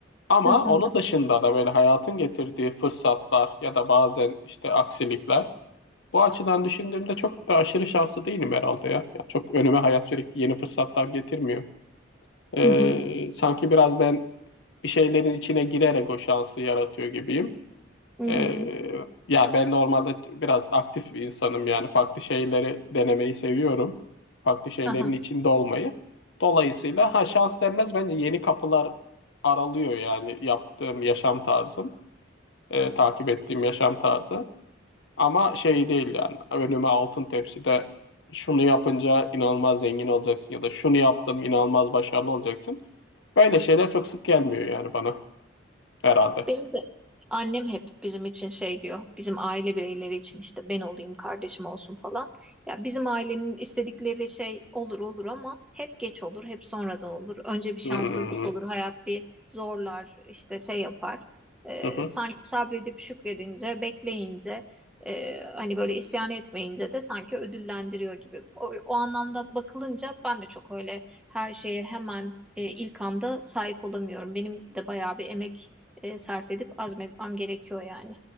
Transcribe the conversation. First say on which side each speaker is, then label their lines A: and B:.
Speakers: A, on the left (about 65°); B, in the centre.
A: Ama
B: Hı hı.
A: onun dışında da böyle hayatın getirdiği fırsatlar ya da bazen işte aksilikler. Bu açıdan düşündüğümde çok da aşırı şanslı değilim herhalde ya. Yani çok önüme hayat sürekli yeni fırsatlar getirmiyor. Ee,
B: Hı hı.
A: sanki biraz ben bir şeylerin içine girerek o şansı yaratıyor gibiyim.
B: Hı hı.
A: Ee, ya ben normalde biraz aktif bir insanım yani farklı şeyleri denemeyi seviyorum. Farklı şeylerin
B: Aha.
A: içinde olmayı. Dolayısıyla ha şans denmez bence yeni kapılar aralıyor yani yaptığım yaşam tarzım, e, takip ettiğim yaşam tarzı. Ama şey değil yani önüme altın tepside şunu yapınca inanılmaz zengin olacaksın ya da şunu yaptım inanılmaz başarılı olacaksın. Böyle şeyler çok sık gelmiyor yani bana herhalde.
B: Benim de annem hep bizim için şey diyor. Bizim aile bireyleri için işte ben olayım, kardeşim olsun falan. Ya bizim ailenin istedikleri şey olur olur ama hep geç olur, hep sonradan olur. Önce bir şanssızlık
A: Hmm.
B: olur, hayat bir zorlar, işte şey yapar. Ee,
A: Hı hı.
B: sanki sabredip şükredince, bekleyince, e, hani böyle isyan etmeyince de sanki ödüllendiriyor gibi. O, o anlamda bakılınca ben de çok öyle her şeye hemen e, ilk anda sahip olamıyorum. Benim de bayağı bir emek e, sarf edip azmetmem gerekiyor yani.